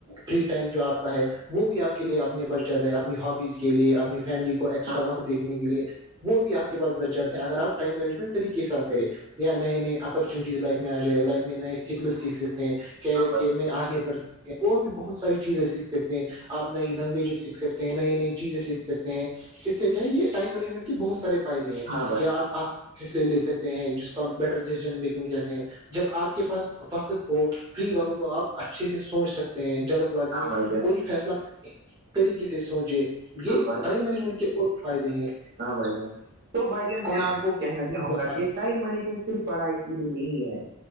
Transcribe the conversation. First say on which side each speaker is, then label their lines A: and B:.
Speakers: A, on the right; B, on the right.
A: فری ٹائم جو آپ کا ہے وہ بھی آپ کے لیے اپنے بچ جاتا ہے اپنی ہابیز کے لیے اپنی فیملی کو ایکسٹرا
B: ہاں
A: وقت دیکھنے کے لیے وہ بھیپ کے پاس چ جا ہیں اگر آپ ٹائم مینجمنٹ طریقے سات کریں یا نئے نئے اپارچونیٹیز لائف میں آ جائے لائف میں نئے سکل سیکھ ستے ہیں کیریئر
B: ہاں بھائی
A: میں آگے بڑھ سکتے ہیں اور بھی بہت ساری چیزیں سیکھ ستے ہیں آپ نئی لینگویجز سیکھ سکتے ہیں نئی نئی چیزیں سیکھ سکتے ہیں اس سے کیا ہے یہ ٹائم مینجمنٹ بہت سارے فائدے ہیں
B: ہاں بھائی
A: یا آپ فصلے لے سکتے ہیں جس کو آپ بیٹر ڈن میکنگ کہتے ہیں جب آپ کے پاس وقت ہو فری وقت ہو آپ اچھے سے سوچ سکتے ہیں جلد بازی
B: ہاں
A: میں
B: بھائی
A: کوئی فیصلہ طریقے سے سوچے یہ
B: ہاں بھائی
A: ٹائم مینجمنٹ کے بہت فائدے ہیں
B: ہاں بھائی جان تو بھائی جان میں
A: کانفیڈنس
B: آپ کو کہنا چاہوں گا کہ ٹائم مینجمنٹ صرف پڑھائی نہیں ہے